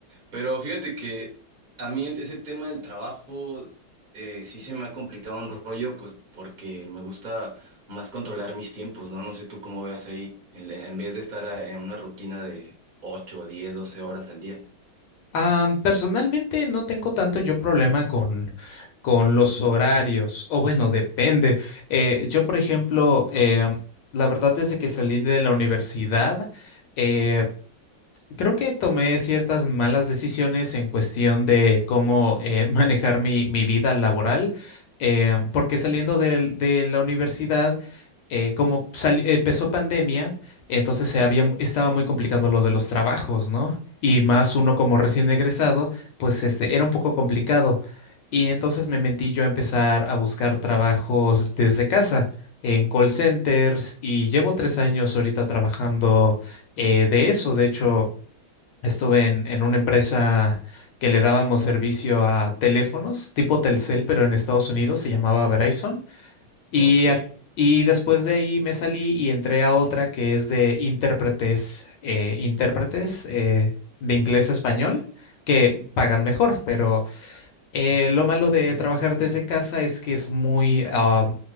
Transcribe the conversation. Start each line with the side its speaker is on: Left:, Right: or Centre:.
Right: Pero fíjate que a mí ese tema del trabajo eh, sí se me ha complicado un rollo, pues porque me gusta más controlar mis tiempos, ¿no? No sé tú cómo veas ahí, el- en vez de estar a- en una rutina de 8 10 12 horas al día.
Left: Ah, personalmente no tengo tanto yo problema con, con los horarios. O bueno, depende. Eh, yo, por ejemplo, em, la verdad, desde que salí de la universidad, eh, Creo que tomé ciertas malas decisiones en cuestión de cómo eh, <laughs> manejar mi, mi vida laboral, eh, porque saliendo del- de, la universidad, eh, como sali- empezó pandemia, entonces se había, mu- estaba muy complicado lo de los trabajos, ¿no? Y más uno como recién egresado, pues este, era un poco complicado. Y entonces me mentí yo a empezar a buscar trabajos desde casa, en call centers, y llevo tres años ahorita trabajando eh, de eso. De hecho, Estuve en, en una empresa que le dábamos servicio a teléfonos tipo Telcel, pero en Estados Unidos se llamaba Verizon. Y,
Right: Ok.
Left: ac- y después de ahí me salí y entré a otra que es de intérpretes, eh, intérpretes eh, de inglés a español, que pagan mejor, pero eh, lo malo de trabajar desde casa es que es muy, ah,